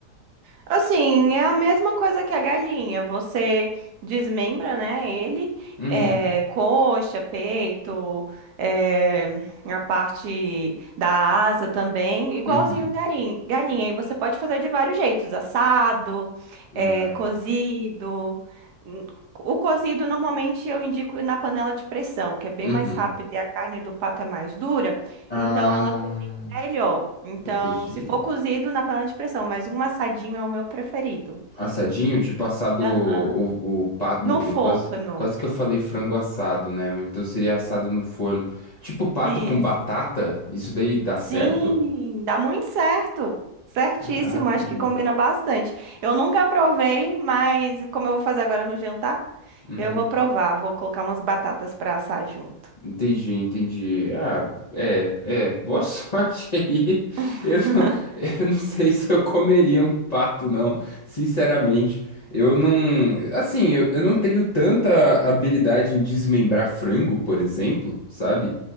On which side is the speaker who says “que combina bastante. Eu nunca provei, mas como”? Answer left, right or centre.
Right